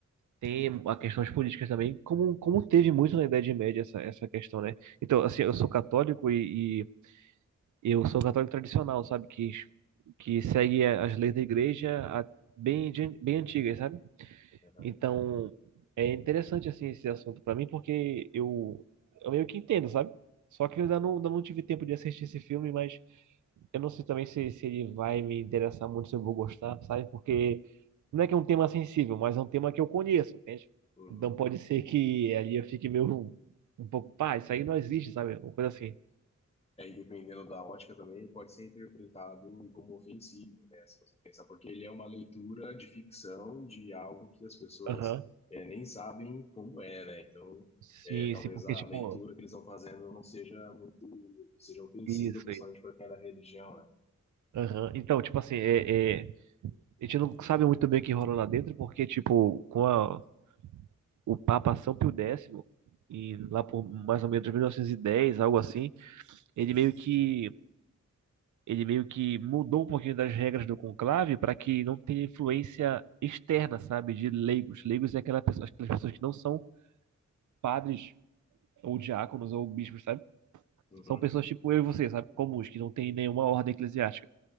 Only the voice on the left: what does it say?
Aham.
Uhum.
É, E aí, dependendo da ótica também, ele pode ser interpretado como ofensivo, né? Se você pensar, porque ele é uma leitura de ficção de algo que as pessoas
eh, nem sabem como é, né? Então,
eh, talvez
a
leitura que eles estão fazendo não seja muito, seja ofensiva,
principalmente
para quem é da religião, né?
Uhum,